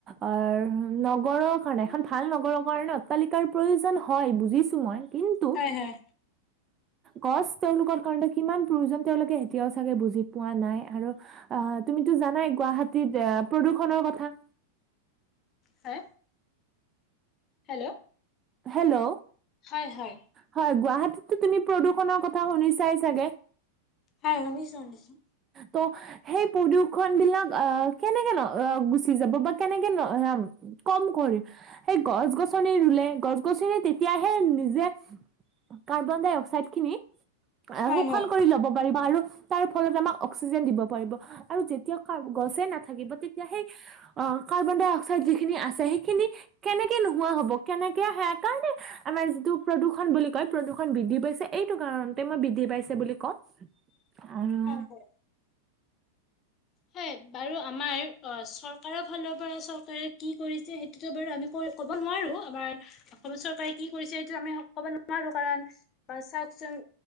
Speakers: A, on the right (about 30°); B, on the left (about 35°).
A: অ'- নগৰৰ কাৰণে এখন ভাল নগৰৰ কাৰণে অট্টালিকাৰ প্ৰয়োজন হয় বুজিছো মই, কিন্তু-
B: হয়-হয়।
A: গছ তেওঁলোকৰ কাৰণ কিমান প্ৰয়োজন তেওঁলোকে এতিয়াও চাগে বুজি পোৱা নাই। আৰু- অ' তুমিতো জানাই গুৱাহাটীত প্ৰদূষণৰ কথা।
B: হে, হেল্ল'।
A: হেল্ল',
B: হয় হয়
A: হয়, গুৱাহাটীতটো তুমি প্ৰদূষণৰ কথা শুনিছাই চাগে?
B: হয়, শুনিছোঁ, শুনিছোঁ।
A: তো সেই প্ৰদূষন বিলাক আহ' কেনেকে ন' গুচি যাব বা কেনেকে ন' কম কৰিম, সেই গছ-গছনি ৰুলে, গছ-গছনি তেতিয়াহে নিজে কাৰ্বন-ডাই-অক্সাইড খিনি আহ'
B: হয়
A: শোষণ
B: হয়
A: কৰি ল'ব পাৰিব আৰু তাৰ ফলত আমাক অক্সিজেন দিব পাৰিব আৰু যেতিয়া কা গছে নাথাকিব তেতিয়া সেই অঁহ' কাৰ্বন-ডাই-অক্সাইড যিখিনি আছে সেইখিনি কেনেকে নোহোৱা হ'ব, কেনেকে কে সেইকাৰণে আমাৰ যিটো প্ৰদূষণ বুলি কয় প্ৰদূষণ বৃদ্ধি পাইছে এইটো কাৰণত তে মই বৃদ্ধি পাইছে বুলি কওঁ।
B: <unintelligible>
A: আৰু-
B: হয় হয় <unintelligible> বাৰু আমাৰ অঁ' চৰকাৰৰ ফালৰ পৰা চৰকাৰে কি কৰিছে সেইটোতো বাৰু আমি ক ক'ব নোৱাৰো আমাৰ, অসম চৰকাৰে কি কৰিছে সেইটো ক'ব নোৱাৰো কাৰণ বাৰু চাওঁকচোন